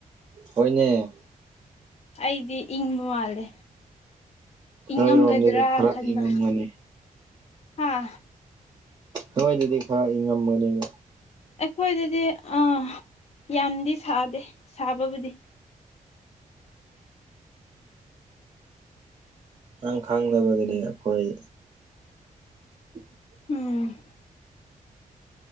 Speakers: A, on the right; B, on the left.
A: ꯍꯣꯏꯅꯦ
B: ꯑꯩꯗꯤ ꯏꯪꯕ ꯃꯥꯜꯂꯦ ꯏꯪꯉꯝꯒꯗ꯭ꯔ
A: ꯅꯣꯏꯔꯣꯝꯗꯗꯤ ꯈꯔ
B: ꯈꯟꯕ
A: ꯏꯪꯉꯝꯒꯅꯤ
B: ꯍꯥꯥ
A: ꯅꯣꯏꯗꯗꯤ ꯈꯔ ꯏꯪꯉꯝꯃꯅꯤꯕ
B: ꯑꯩꯈꯣꯏꯗꯗꯤ ꯑ ꯌꯥꯝꯗꯤ ꯁꯥꯗꯦ ꯁꯥꯕꯕꯨꯗꯤ
A: ꯅꯪ ꯈꯪꯗꯕꯒꯤꯅꯦ ꯑꯈꯣꯏ <inaudible>
B: ꯎꯝ